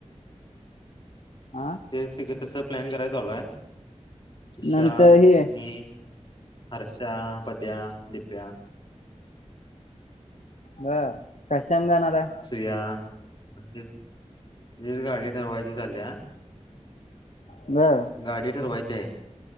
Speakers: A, on the left; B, on the left.
A: आं!
B: तेच तिके तस प्लॅन करायला चालू हाय. उषा,
A: नंतर ही
B: मी हर्ष्या, पद्या, दीप्या
A: बरं, कश्यान जाणार हाय?
B: सुया, <unintelligible> गाडी ठरवायची चाल्या.
A: बरं.
B: गाडी ठरवायची आहे.